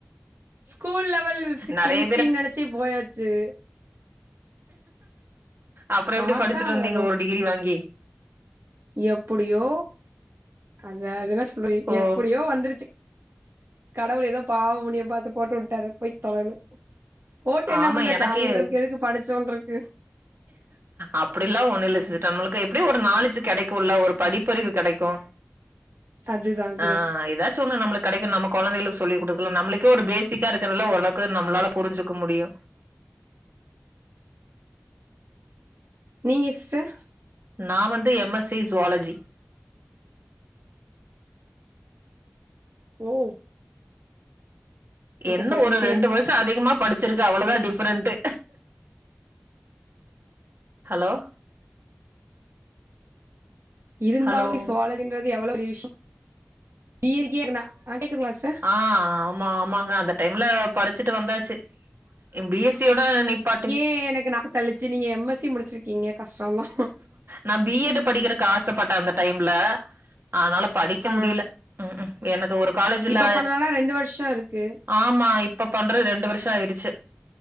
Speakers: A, on the right; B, on the right.
A: ஸ்கூல் லெவல் ஸ்
B: நெறைய
A: கெமிஸ்ட்ரின்னு நெனச்சு போயாச்சு
B: அப்பற எப்டி
A: பாத்தா
B: படிச்சுட்டு
A: அங்க
B: வந்தீங்க ஒரு டிகிரி வாங்கி
A: எப்புடியோ அத அதல்லா சொ இப்ப வை
B: ஓ!
A: எப்டியோ வந்துருச்சு கடவுள் எதோ பாவ புண்ணியம் பாத்து போட்டு உட்டுடாரு போய் தொலன்னு போட்டு என்ன
B: ஆமா.
A: பண்ண
B: எனக்கே
A: சாணி அழ்றதுக்கு எதுக்கு படிச்சோன்ருக்கு
B: அப்டிலா ஒன்னு இல்ல சிஸ்டர் நம்மளுக்கு எப்டியு ஒரு நாலேஜுக் கெடைக்குல்ல ஒரு படிப்பறிவு கெடைக்கு
A: அதுதா அதுதா
B: ஆ எதாச்சு ஒன்னு நம்மளுக்கு கெடைக்கு நம்ம கொழந்தைகளுக்கு சொல்லி் குடுக்கலா நம்மளுக்கே ஒரு பேசிக்கா இருக்கிறதெல்லா ஓரளவுக்கு நம்மளால புரிஞ்சிக்க முடியு
A: நீங்க சிஸ்டர்
B: நா வந்து எம் எஸ் சி ஜுவாலஜி
A: ம்
B: என்ன
A: போறீங்க
B: ஒரு
A: வீட்லயே
B: ரெண்டு வர்ஷ அதிகமா படிச் ச்சுருக்கு அவளதா டிஃபரெண்ட்டு ஹலோ
A: இருந்தாலு
B: ஹலோ.
A: சோழதின்றது எவ்ள பெரிய விஷும் நீரு கேக்குநா அ கேக்குதுங்ளா சா
B: ஆ ஆமா ஆமாங்க அந்த டைம்ல படிச்சிட்டு வந்தாச்சு யம் பி எஸ் சி யோட நிப்பாட்டி
A: ஏ எனக்கு நாக்குத் கழிச்சி நீங்க எம் எஸ் சி முடிச்சிர்க்கீங்க கஷ்டோன்தா
B: நா பி எட்டு படிக்கிறக்கு ஆசப்பட்ட அந்த டைம்ல அனால படிக்க
A: ஆ
B: முடிய்ல ம்ம் எனக்கு ஒரு காலேஜ்ல
A: இப்ப பண்ணலனா ரெண்டு வருஷோ இருக்கு
B: ஆமா இப்ப பண்று ரெண்டு வர்ஷ ஆய்டுச்சு